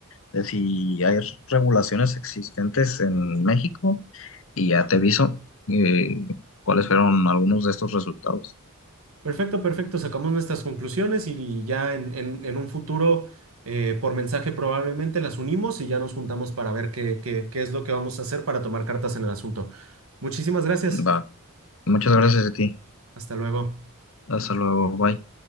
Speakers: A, on the left (about 65°); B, on the right (about 75°).
A: de si hay regulaciones existentes en México y ya te aviso eh, cuáles fueron algunos de estos resultados.
B: Perfecto, perfecto, sacamos nuestras conclusiones y, y ya en, en- en un futuro eh, por mensaje probablemente las unimos y ya nos juntamos para ver qué, qué qué es lo que vamos a hacer para tomar cartas en el asunto. Muchísimas gracias.
A: Va, muchas gracias a ti.
B: Hasta luego.
A: Hasta luego, bye.